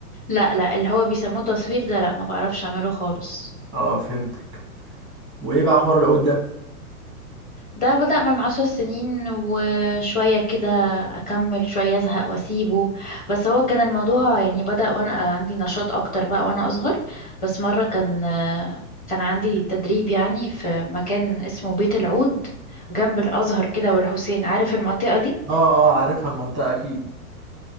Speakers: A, on the left; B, in the centre.
A: لا لا اللي هو بيسموه تصوير ده لا ما بعرفش أعمله خالص
B: اه فهمتك وايه بقى حوار العود ده
A: ده بدأ من عشر سنين وشوية كده أكمل شوية أزهق وأسيبه بس هو كان الموضوع يعني بدأ وأنا عندي نشاط أكتر بقى وأنا أصغر بس مرة كان كان عندي تدريب يعني في مكان اسمه بيت العود جنب الأزهر كده والحسين عارف المنطقة دي؟
B: اه اه عارفها المنطقة اكيد